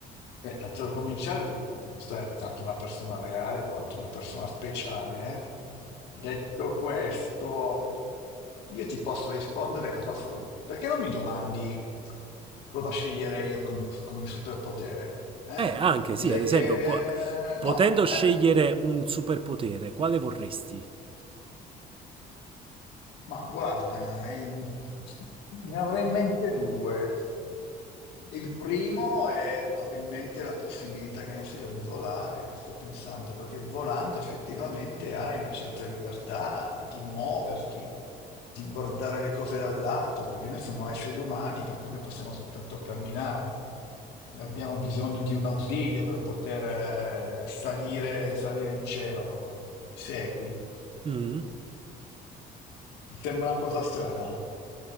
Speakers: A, on the left; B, on the right.
A: Beh, tanto per cominciare, eh, non sarebbe tanto una persona reale quanto una persona speciale. eh. Detto questo, io ti posso rispondere cosa fare. Perché non mi domandi cosa sceglierei io come, come superpotere? eh?
B: Eh, anche
A: Direi
B: sì, ad esempio,
A: che
B: qua- potendo
A: no, eh.
B: scegliere un superpotere, quale vorresti?
A: Ma guarda, ehm, ne avrei in mente due. Il primo è probabilmente la possibilità, che ne so io, di volare, sto pensando, perché volando effettivamente hai una certa libertà di muoverti, di guardare le cose dall'alto, perché noi siamo esseri umani, per cui noi possiamo soltanto camminare. Abbiamo bisogno di un ausilio per poter eh, salire, salire in cielo. Mi segui?
B: Mm?
A: Ti sembra una cosa strana?